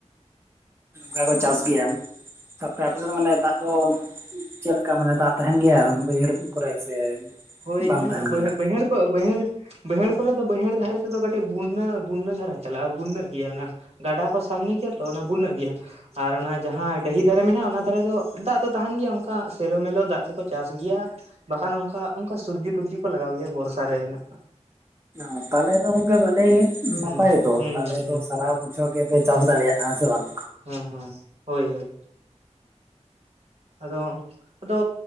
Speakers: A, on the right; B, on the right.
A: ᱠᱟ ᱠᱚ ᱪᱟᱥ ᱜᱮᱭᱟᱢ ᱛᱟᱯᱚᱨᱮ ᱟᱯᱮ ᱥᱮᱫ ᱫᱚ ᱢᱟᱱᱮ ᱫᱟᱜ ᱫᱚ ᱪᱮᱫ ᱞᱮᱠᱟ ᱢᱟᱱᱮ ᱫᱟᱜ ᱛᱟᱦᱮᱱ ᱜᱮᱭᱟ ᱵᱟᱹᱭᱦᱟᱹᱲ ᱠᱚ ᱠᱚᱨᱮ ᱥᱮ?
B: ᱦᱳᱭ
A: ᱵᱟᱝ
B: ᱦᱮᱸ
A: ᱛᱟᱦᱮᱱ
B: ᱵᱟᱹᱭ
A: ᱜᱮᱭᱟ?
B: ᱵᱟᱹᱭᱦᱟᱹᱲ ᱠᱚ ᱵᱟᱹᱭᱦᱟᱹᱲ ᱵᱟᱹᱭᱦᱟᱹᱲ ᱠᱚᱨᱮ ᱫᱚ ᱵᱟᱹᱭᱦᱟᱹᱲ ᱫᱷᱟᱨᱮ ᱛᱮᱫᱚ ᱠᱟᱹᱴᱤᱡ ᱵᱩᱱᱱᱟᱹ ᱵᱩᱱᱱᱟᱹ ᱫᱷᱟᱨᱟ ᱪᱟᱞᱟᱜᱼᱟ ᱵᱩᱱᱱᱟᱹ ᱜᱮᱭᱟ ᱚᱱᱟ᱾ ᱜᱟᱰᱟ ᱠᱚ ᱥᱟᱢᱱᱮ ᱜᱮᱭᱟ ᱛᱚ ᱚᱱᱟ ᱵᱩᱱᱱᱟᱹᱜ ᱜᱮᱭᱟ᱾ ᱟᱨ ᱚᱱᱟ ᱡᱟᱦᱟᱸ ᱰᱟᱹᱦᱤ ᱫᱷᱟᱨᱮ ᱢᱮᱱᱟᱜᱼᱟ ᱚᱱᱟ ᱫᱷᱟᱨᱮ ᱫᱚ ᱫᱟᱜ ᱫᱚ ᱛᱟᱦᱮᱱ ᱜᱮᱭᱟ ᱚᱱᱠᱟ ᱥᱮᱞᱚ ᱢᱮᱞᱚ ᱫᱟᱜ ᱛᱮᱠᱚ ᱪᱟᱥ ᱜᱮᱭᱟ᱾ ᱵᱟᱠᱷᱟᱱ ᱚᱝᱠᱟ ᱚᱱᱠᱟ ᱥᱚᱵᱽᱡᱤ ᱴᱚᱵᱽᱡᱤ ᱠᱚ ᱞᱟᱜᱟᱣ ᱜᱮᱭᱟ ᱵᱚᱨᱥᱟ ᱨᱮ ᱦᱮᱜᱱᱟᱜ
A: ᱚᱸ ᱛᱟᱞᱮ ᱫᱚ ᱜᱚᱝᱠᱮ ᱵᱟᱞᱮ ᱜᱮ
B: ᱦᱩᱸ
A: ᱱᱟᱯᱟᱭ ᱛᱚ
B: ᱦᱩᱸ
A: ᱛᱟᱦᱞᱮ
B: ᱦᱩᱸ
A: ᱛᱚ ᱥᱟᱨᱟᱦᱟᱣ ᱵᱚᱪᱷᱟᱹᱣ ᱜᱮᱯᱮ
B: ᱦᱩᱸ
A: ᱪᱟᱥ ᱫᱟᱲᱮᱭᱟᱜᱼᱟ ᱥᱮ ᱵᱟᱝ
B: ᱦᱮᱸ ᱦᱮᱸ ᱦᱳᱭ ᱦᱳᱭ ᱟᱫᱚ ᱟᱫᱚ